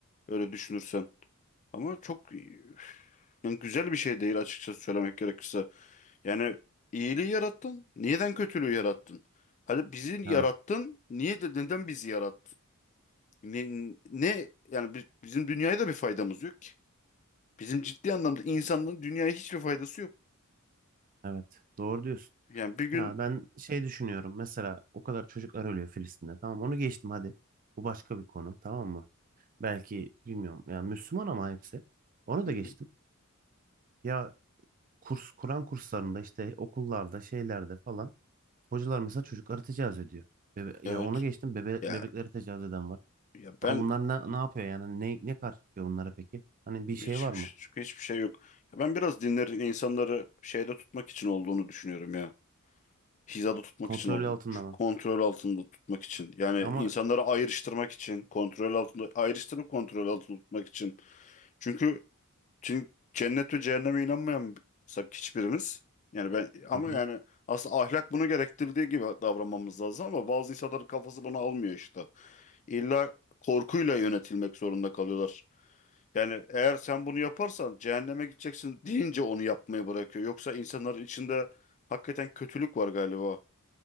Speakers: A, on the left (about 35°); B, on the right (about 40°).
A: öyle düşünürsen. Ama çok üf, yani güzel bir şey değil açıkçası söylemek gerekirse. Yani iyiliği yarattın. Neden kötülüğü yarattın? Hadi bizi
B: Evet.
A: yarattın. Niye de neden bizi yarattın? Ne, ne yani bi- bizim dünyaya da bir faydamız yok ki. Bizim ciddi anlamda insanlığın dünyaya hiçbir faydası yok.
B: Evet. Doğru diyorsun.
A: Yani bir gün
B: Ya ben şey düşünüyorum. Mesela o kadar çocuklar ölüyor Filistin'de. Tamam onu geçtim hadi. Bu başka bir konu. Tamam mı? Belki bilmiyorum. Yani Müslüman ama hepsi. Onu da
A: Hı
B: geçtim.
A: hı.
B: Ya kurs Kur'an kurslarında işte okullarda şeylerde falan hocalar mesela çocukları tecavüz ediyor. Bebe-
A: evet.
B: ya onu geçtim. Bebe
A: Ya
B: bebekleri tecavüz eden var.
A: ya
B: Ama
A: ben
B: bunlar ne, ne yapıyor yani? Ne, ne karşılıyor bunlara peki? Hani bir şey
A: hiç,
B: var
A: hiç-
B: mı?
A: hiçbir şey yok. Ya ben biraz dinlerin insanları şeyde tutmak için olduğunu düşünüyorum ya. hizada tutmak
B: Kontrol
A: için olduğunu
B: altında
A: düşün.
B: mı?
A: Kontrol altında tutmak için. Yani
B: Ama
A: insanları ayrıştırmak için, kontrol altında ayrıştırıp kontrol altında tutmak için. Çünkü çünkü cennet ve cehenneme inanmayansak hiçbirimiz yani ben ama
B: Hı hı.
A: yani aslında ahlak bunu gerektirdiği gibi davranmamız lazım ama bazı insanların kafası bunu almıyor işte. İlla korkuyla yönetilmek zorunda kalıyorlar. Yani eğer sen bunu yaparsan cehenneme gideceksin deyince onu yapmayı bırakıyor. Yoksa insanların içinde hakikaten kötülük var galiba.